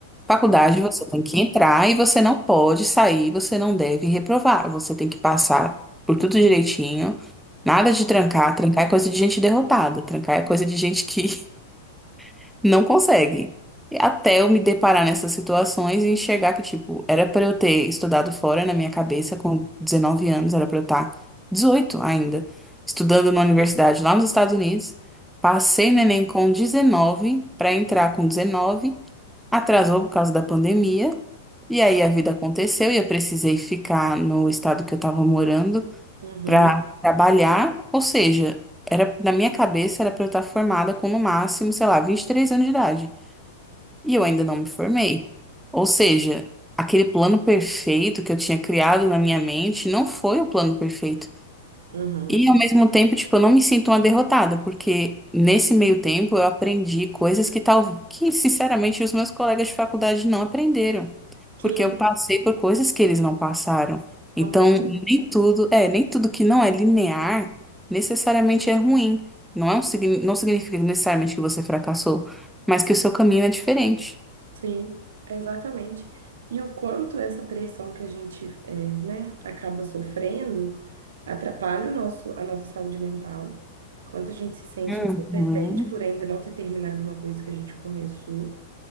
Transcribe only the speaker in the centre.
Faculdade você tem que entrar e você não pode sair, você não deve reprovar. Você tem que passar por tudo direitinho. Nada de trancar. Trancar é coisa de gente derrotada. Trancar é coisa de gente que <laughs> não consegue. E Até eu me deparar nessas situações e enxergar que, tipo, era pra eu ter estudado fora na minha cabeça com 19 anos, era pra eu estar 18 ainda, estudando numa universidade lá nos Estados Unidos. Passei no Enem com 19 pra entrar com 19 Atrasou por causa da pandemia. E aí a vida aconteceu e eu precisei ficar no estado que eu estava morando
para trabalhar. Ou seja, era na minha cabeça era para eu estar formada com no máximo, sei lá, 23 anos de idade. E eu ainda não me formei. Ou seja, aquele plano perfeito que eu tinha criado na minha mente não foi o plano perfeito.
E ao mesmo tempo, tipo, eu não me sinto uma derrotada, porque nesse meio tempo eu aprendi coisas que tal que sinceramente os meus colegas de faculdade não aprenderam,
porque eu passei por coisas que eles não passaram.
Então, nem tudo, é, nem tudo que não é linear necessariamente é ruim. Não é um, signi- não significa necessariamente que você fracassou, mas que o seu caminho é diferente.
Uhum.